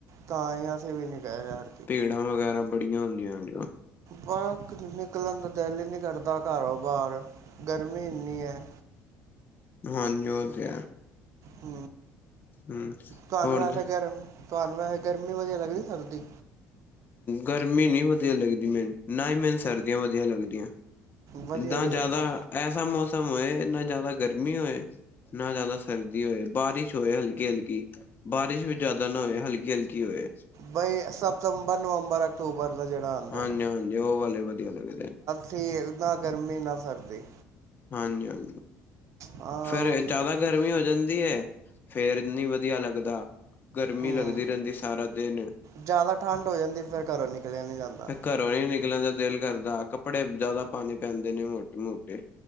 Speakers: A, on the right; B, on the left.
A: ਤਾਂ ਅਸੀ ਵੀ ਨਹੀਂ ਗਏ
B: ਭੀੜਾਂ ਵਗੈਰਾ ਬੜੀਆਂ ਹੁੰਦੀਆਂ ਹੁੰਦੀਆਂ।
A: ਬਾਹ ਨਿਕਲਣ ਦਾ ਦਿਲ ਹੀ ਨਹੀਂ ਕਰਦਾ ਘਰੋਂ ਬਾਹਰ, ਗਰਮੀ ਇੰਨੀ ਹੈ।
B: ਹਾਂਜੀ ੳਹ ਤੇ ਹੈ
A: ਹ,
B: ਹਮ
A: ਤੁਹਾਨੂੰ
B: ਹੋਰ
A: ਵੈਸੇ ਗਰਮ ਤੁਹਾਨੂੰ ਵੈਸੇ ਗਰਮੀ ਵਧੀਆ ਲੱਗਦੀ ਸਰਦੀ
B: ਗਰਮੀ ਨੀ ਵਧੀਆ ਲੱਗਦੀ ਮੈਨੂੰ, ਨਾ ਹੀ ਮੈਨੂੰ ਸਰਦੀਆਂ ਵਧੀਆ ਲੱਗਦੀਆਂ।
A: ਵਧੀਆ
B: ਨਾ
A: ਹੀ
B: ਜ਼ਿਆਦਾ,
A: ਲੱਗਦਾ
B: ਐਸਾ ਮੌਸਮ ਹੋਏ ਨਾ ਜ਼ਿਆਦਾ ਗਰਮੀ ਹੋਏ। ਨਾ ਜ਼ਿਆਦਾ ਸਰਦੀ ਹੋਏ, ਬਾਰਿਸ਼ ਹੋਏ ਹਲਕੀ ਹਲਕੀ ਬਾਰਿਸ਼ ਵੀ ਜ਼ਿਆਦਾ ਨਾ ਹੋਏ ਹਲਕੀ ਹਲਕੀ ਹੋਏ
A: ਬਈ ਸਤੰਬਰ, ਨਵੰਬਰ, ਅਕਤੂਬਰ ਦਾ ਜਿਹੜਾ ਆਉਂਦੇ
B: ਹਾਂਜੀ ਹਾਂਜੀ, ਉਹ ਵਾਲੇ ਵਧੀਆ ਲੱਗਦੇ ਨੇ
A: ਠੀਕ, ਨਾ ਗਰਮੀ ਨਾ ਸਰਦੀ
B: ਹਾਂਜੀ ਹਾਂਜੀ
A: ਹਾਂ
B: ਫੇਰ
A: ਉਹ ਵੀ
B: ਜ਼ਿਆਦਾ
A: ਗੱਲ
B: ਗਰਮੀ ਹੋ ਜਾਂਦੀ ਹੈ, ਫੇਰ ਨਹੀਂ ਵਧੀਆ ਲੱਗਦਾ ਗਰਮੀ
A: ਹੂੰ
B: ਲੱਗਦੀ ਰਹਿੰਦੀ ਸਾਰਾ ਦਿਨ
A: ਜ਼ਿਆਦਾ ਠੰਡ ਹੋ ਜਾਂਦੀ ਫਿਰ ਘਰੋਂ ਨਿਕਲਿਆ ਨਹੀਂ ਜਾਂਦਾ
B: ਫ ਘਰੋਂ ਨ ਨਿਕਲਣ ਦਾ ਦਿਲ ਕਰਦਾ ਕੱਪੜੇ ਜ਼ਿਆਦਾ ਪਾਣੀ ਪੈਂਦੇ ਨੇ ਮੋਟ ਮੋਟੇ